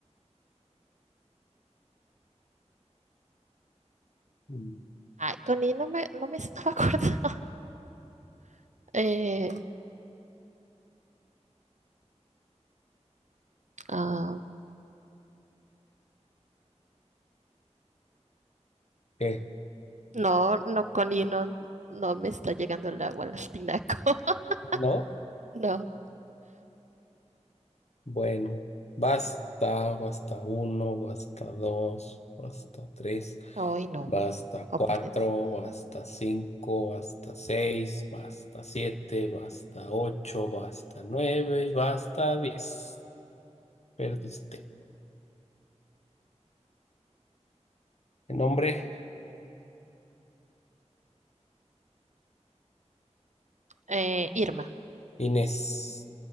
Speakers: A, on the left; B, on the right.
A: Mm,
B: ay, con I no me, no me estaba <laughs> acordando. Eh, ah,
A: ¿Qué?
B: no, no, con no, no me está llegando el agua al tinaco. <laughs>
A: ¿No?
B: No,
A: Bueno, basta, basta uno, basta dos, basta tres,
B: hoy no.
A: basta
B: Oh,
A: cuatro,
B: por Dios.
A: basta cinco, basta seis, basta siete, basta ocho, basta nueve y basta diez. Perdiste. nombre,
B: Eh, Irma.
A: Inés.